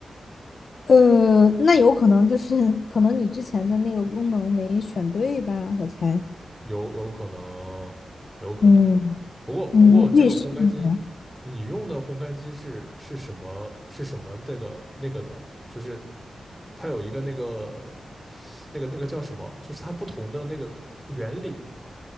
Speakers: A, on the left; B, in the centre.
A: 呃，那有可能就是可能你之前的那个功能没选对吧，我猜。
B: 有有可能，有可能。
A: 嗯
B: 不过不过这个烘干机，
A: 嗯，你可以试一下
B: 你用的烘干机是是什么是什么这个那个的，就是它有一个那个。那个那个叫什么？就是它不同的那个原理，